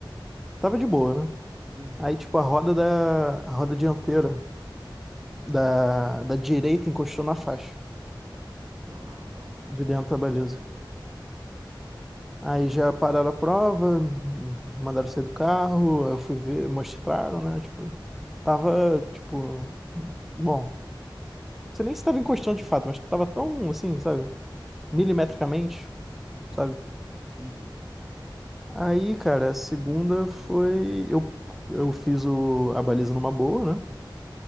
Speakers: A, in the centre; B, on the right.
A: Tava de boa, né?
B: Uhum.
A: Aí, tipo, a roda da a roda dianteira da, da direita encostou na faixa
B: Não, nossa,
A: de
B: que,
A: dentro
B: me- que
A: da baliza.
B: sacanagem.
A: Aí já pararam a prova, mandaram sair do carro, aí eu fui ver, mostraram, né? Tipo, tava, tipo, bom, você nem estava encostando de fato, mas tava tão assim, sabe? Milimetricamente, sabe?
B: Uhum.
A: Aí, cara, a segunda foi. Eu, eu fiz o, a baliza numa boa, né?